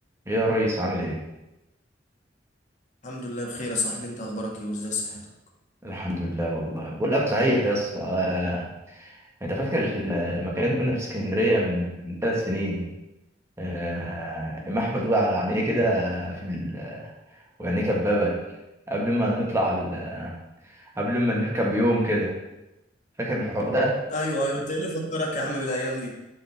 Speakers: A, on the right; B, on the left.
A: يا ريس عامل ايه؟
B: الحمد لله بخير يا صاحبي انت اخبارك ايه وازاي صحتك
A: الحمد لله والله بقول لك صحيح يا اسطى آه، انت فاكر في المكان اللي كنا في اسكندريه من من ثلاث سنين آه، ام احمد وقع على عينيه كده في ال... وعينيه كببت قبل ما نطلع ال... قبل ما نركب بيوم كده فاكر الحوار ده
B: ايوه ايوه انت ايه اللي فكرك يا عم بالايام دي